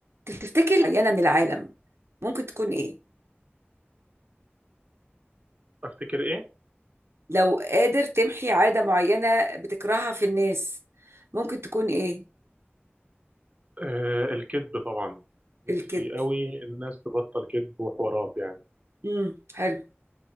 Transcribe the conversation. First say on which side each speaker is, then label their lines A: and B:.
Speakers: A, on the right (about 80°); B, on the right (about 35°).
A: تفتكر معينة من العالم ممكن تكون إيه؟
B: افتكر ايه
A: لو قادر تمحي عادة معينة بتكرهها في الناس ممكن تكون إيه؟
B: آه الكذب طبعا نفسي
A: الكذب
B: قوي الناس تبطل كذب وحوارات يعني
A: امم حلو